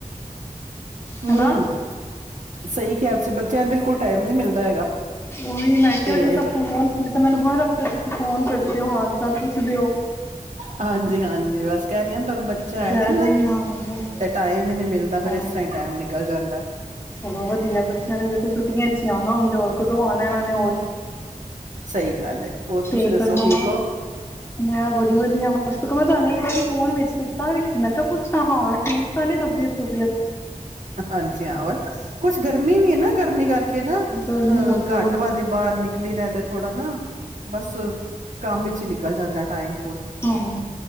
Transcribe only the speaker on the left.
ਹੈਨਾ
ਓਹੀ ਮੈਂ
ਕਿਹਾ ਨੀ ਫੋਨ ਨਹੀਂ ਤਾਂ ਮੈਨੂੰ ਹਰ ਤੁਸੀਂ ਫੋਨ ਕਰਦੇ ਹੋ ਹਾਲ ਚਾਲ ਪੁੱਛਦੇ ਹੋ
ਜ਼ਿਆਦਾ
ਹੀ ਹਾਂ ਬਸ
ਹਾਂ
ਚਲੋ ਵਧੀਆ ਬੱਚਿਆਂ ਨੇ ਦੇਖੋ ਛੁਟੀਆਂ ਚ ਹੀ ਹੁੰਦੇ ਹੋਰ ਕਦੋਂ ਆਉਣਾ ਇਹਨਾਂ ਨੇ ਹੋਰ
ਤੇ
ਫੇਰ ਹੋਰ,
ਮੈਂ ਬੜੀ ਵਧੀਆ ਸਗੋ ਮੇ ਤੁਹਾਨੂੰ ਇਕ ਵਾਰੀ ਫੋਨ ਵਿੱਚ ਕੀਤਾ ਵੀ ਸੀ ਮੈਂ ਕਿਹਾ ਪੁੱਛਾਂ ਹਾਲ ਠੀਕ ਤਾਂ ਨੀ ਤਬੀਅਤ ਤੁਬੀਅਤ
ਗਰਮੀ ਤਾਂ ਬਹੁਤ
ਏ
ਹਾਂ